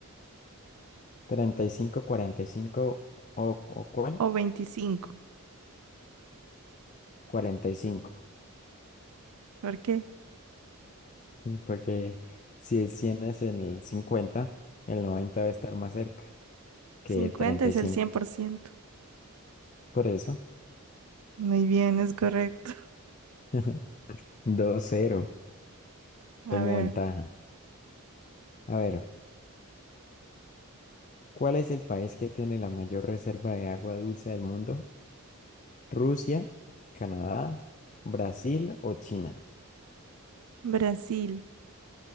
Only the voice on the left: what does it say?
treinta y cinco, cuarenta y cinco o, o ¿cuál?
cuarenta Y cinco,
Y Porque si es 100 es el 50, el 90 va a estar más cerca que
treinta
y
cinco,
Por eso,
<laughs> dos cero
Tomo
ventaja. A ver, ¿cuál es el país que tiene la mayor reserva de agua dulce del mundo? ¿Rusia, Canadá, Brasil o China?